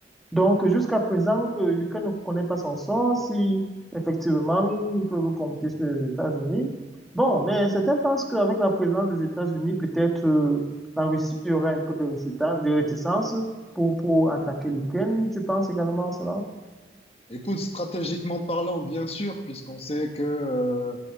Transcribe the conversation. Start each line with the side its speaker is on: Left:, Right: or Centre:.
Centre: Donc, jusqu'à présent, que l'Ukraine ne connaît pas son sort, si effectivement ils peuvent compter sur les États-Unis. Bon, mais certains pensent qu'avec la présence des États-Unis, peut-être euh, la Russie aurait un peu de récita- de réticence pour, pour attaquer l'Ukraine. Tu penses également à cela?
Left: Écoute, stratégiquement parlant, bien sûr, puisqu'on sait que euh,